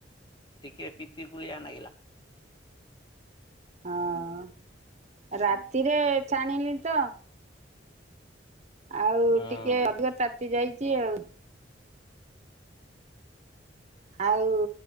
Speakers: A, on the left; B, on the right.
A: ଟିକେ ପିତି କୁଳିଆ ନାଗିଲା।
B: ହଁ ରାତିରେ ଛାଣିଲି ତ ଆଉ
A: ହଁ
B: ଟିକେ ଅଧିକ ତାତି ଯାଇଛି ଆଉ। ଆଉ